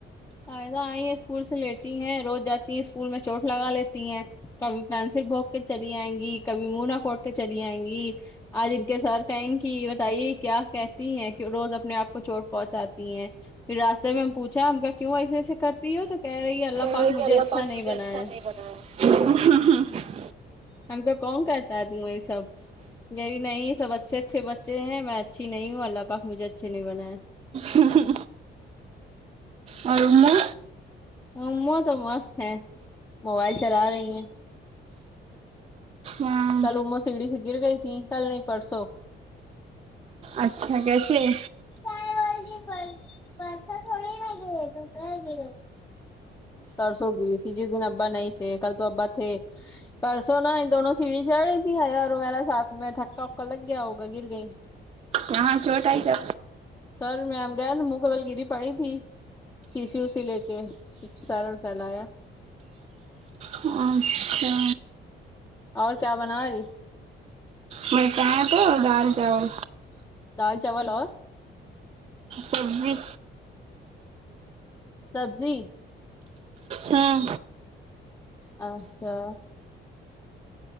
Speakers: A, on the left; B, on the right.
A: آئزہ آئی ہے اسکول سے لیٹی ہیں روز جاتی ہے اسکول میں چوٹ لگا لیتی ہیں کبھی پنسل بھوگ کے چلی آئیں گی کبھی منا کوٹ کے چلی آئیں گی آج انکے سر کہیں کی یہ بتائیے کیا کہ تی ہیں روز اپنے آپ کو چوٹ پہنچاتی ہیں پھر راستے میں ہم پوچھا ہم کا کیوں ایسے ایسے کرتی ہے تو کہہ رہی ہے اللہ پاک
B: کہ
A: مجھے
B: اللہ
A: اچھا
B: پاک
A: نہیں
B: مجھے
A: بنایا
B: اچھا
A: ہے۔
B: نہیں بنایا
A: ہم کو کون کرتا ہے دنیا یہ سچ نہیں نہیں سب اچھے اچھے بچے ہیں میں اچھی نہیں ہوں اللہ پاک مجھے اچھے نہیں بنائے
B: ہاں اور اومما
A: امواہ تو مست ہے موبائل چلا رہی ہیں
B: اچھا
A: کل اموا سیڑی سے گر گئی تھی کل نہیں پرسو
B: اچھا کیسی ہے
A: میں بولرھی ہوں کل پرسو تھوڑی گںی تھی میں تو کل گںی تھی پرسوں گںی تھی جس دن ابا نہیں تھے کل تو ابا تھے پرسوں نہ ان دونوں سیڑھی چڑھ رہی تھی حیا اور عمرہ ساتھ میں دھکا وکا لگ گیا ہوگا گر گئی
B: یہاں چھوٹ آئی کیا
A: سر میںم گیا تو منہ کے بل گری پڑی تھی چیشی اوسی لے کے کچھ سر سہلایا
B: ہاں اچھا
A: اور کیا بناںی
B: میرے کن تو دال چاول
A: دال چاول اور
B: سبزی
A: سبزی
B: ہاں
A: اچھا